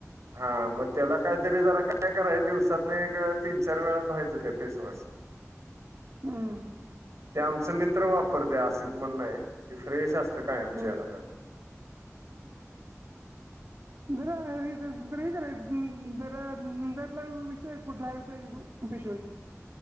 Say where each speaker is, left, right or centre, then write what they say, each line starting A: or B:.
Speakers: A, on the right; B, on the right.
A: हा मग त्याला काहीतरी जरा काय करायच, दिवसातन एक, तीन, चार वेळा धुवायचं ते फेसवॉश ने
B: हुं.
A: ते आमच मित्र वापरतय, आसित म्हनुन हाय ती फ्रेश असत्यात कायम
B: होय
A: चेहरा करत्यात.
B: जरा हे स्प्रे करायचं. तर जातला विषय कुठलाय विशय कुठला हाय फेश वॉश